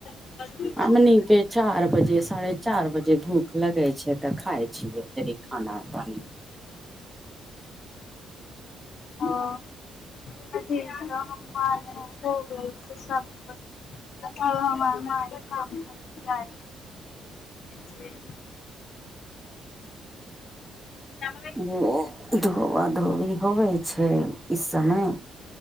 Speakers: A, on the left (about 60°); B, in the centre.
A: <unintelligible>
B: हमनि के चार बजे साढ़े चार बजे भूख लगे छैय तऽ खाय छियै खाना पानी।
A: हँ <unintelligible> अब हमर माई काम करे जाइ छैय। <unintelligible>
B: <unintelligible> धोबा धोबी होबै छैय इ समय।